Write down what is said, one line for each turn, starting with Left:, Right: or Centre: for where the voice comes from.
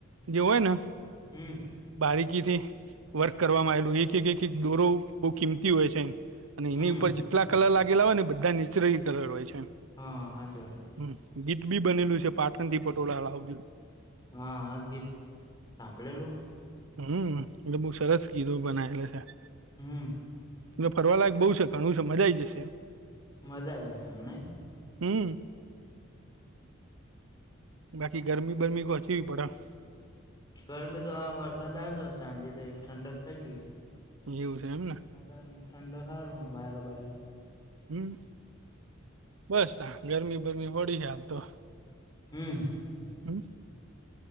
Right: જે હોય ને.
Left: હમ
Right: બારીકીથી વર્ક કરવામાં આવેલું એક એક એક એક દોરો બહુ કિંમતી હોય છે એમ અને
Left: હમ
Right: એની ઉપર કેટલા કલર લાગેલા હોય ને બધા નીચરલી કલર હોય છે. એમ.
Left: હં હાચી વાત.
Right: હમ્મ ગીત બી બનેલું છે પાટણ થી પટોળા લાવજો.
Left: હા આ ગીત સાંભળેલું.
Right: હમ્મ એટલે બઉ સરસ ગીતો બનાયેલા છે આ.
Left: હમ્મ.
Right: ને ફરવાલાયક બહુ છે ઘણું છે મજા આઈ જશે.
Left: મજા આ જાય એમ નહી.
Right: હમ્મ બાકી ગરમી બરમી ગો છવી પડ હ.
Left: ગરમી તો આ વરસાદ આવ્યો હતો સાંજે તો ઠંડક થઈ.
Right: એવુ છે એમ ને.
Left: અતારે એમ ઠંડો હારું ઓમ વ્યારો બ્યારો.
Right: હમ્મ બસ તા ગરમી બરમી વડી હાલ તો.
Left: હમ્મ.
Right: હમ્મ.